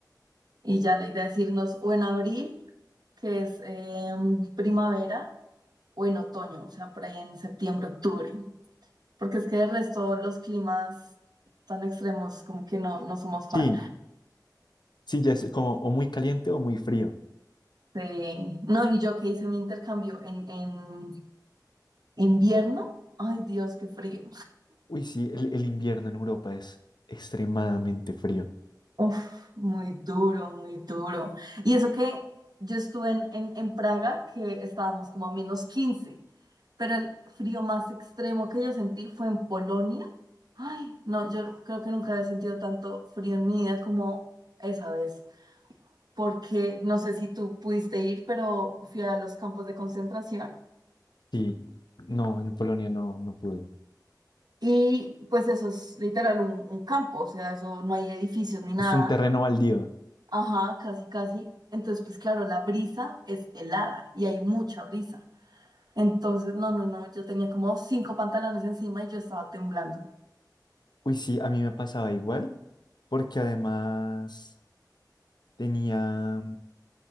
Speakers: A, on the right (about 65°); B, on the left (about 70°).
A: Y ya la idea es irnos o en abril, que es em, primavera, o en otoño, o sea, por ahí en septiembre, octubre. Porque es que de resto los climas tan extremos como que no, no somos fan.
B: Sí, sí, ya es como o muy caliente o muy frío.
A: Sí. No, y yo que hice mi intercambio en, en invierno, ay Dios, qué frío.
B: Uy, sí, el, el invierno en Europa es extremadamente frío.
A: Uf, muy duro, muy duro. Y eso que yo estuve en, en, en Praga, que estábamos como a menos 15, pero el frío más extremo que yo sentí fue en Polonia. Ay, no, yo creo que nunca había sentido tanto frío en mi vida como esa vez, porque no sé si tú pudiste ir, pero fui a los campos de concentración.
B: Sí, no, en Polonia no, no pude.
A: Y pues eso es literal un, un campo, o sea, eso no hay edificios ni nada.
B: Es un terreno baldío.
A: Ajá, casi, casi. Entonces, pues claro, la brisa es helada y hay mucha brisa. Entonces, no, no, no, yo tenía como cinco pantalones encima y yo estaba temblando.
B: Uy, sí, a mí me pasaba igual, porque además tenía,